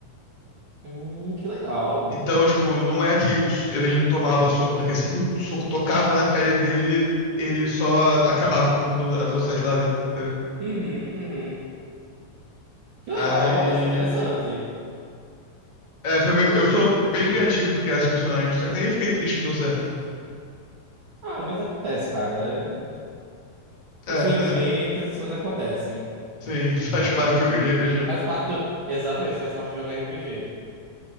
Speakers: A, on the right (about 80°); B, on the left (about 40°).
A: hum, que legal. Uhum,
B: Então, tipo, não é que o s- ele não tomava soco, é que assim que o soco tocava na pele dele, ele só acabava com toda a velocidade que tava vindo, entendeu?
A: uhum. Que legal,
B: Aí.
A: achei interessante.
B: É, foi bem- eu sou bem criativo pra criar esses personagens, só que aí eu fiquei triste que não deu certo, né?
A: Ah, mas acontece, cara. É,
B: É,
A: Infelizmente,
B: é.
A: essas coisas acontecem.
B: Sim, <laughs> faz parte do jogo de RPG.
A: Faz parte do... Exatamente, faz parte de jogar RPG.